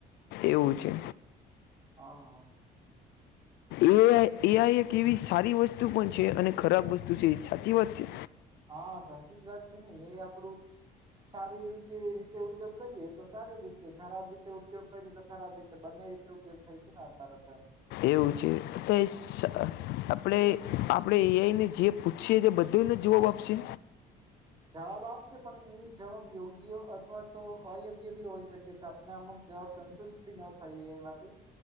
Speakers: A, on the left; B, on the right.
A: એવું છે.
B: હા
A: એ આઈ એ આઈ એક એવી સારી વસ્તુ પણ છે અને ખરાબ વસ્તુ છે એ સાચી વાત છે.
B: હા, સાચી જ વાત છે ને એ આપડું સારી રી રીતે ઉપયોગ કરીએ તો સારી રીતે, ખરાબ રીતે ઉપયોગ કરીએ તો ખરાબ રીતે બંને રીતે ઉપયોગ થાય છે, ને અત્યારે તો
A: એવું છે, તો એ સ આપણે આપણે એ આઈ ને જે પૂછ્યે છે બધું નો જવાબ આપશે.
B: જવાબ આપશે પણ એ જવાબ યોગ્ય અથવા તો અયોગ્ય બી હોઈ શકે છે, આપને અમુક જવાબ સંતુષ્ટ બી ન થઈએ એમાંથી.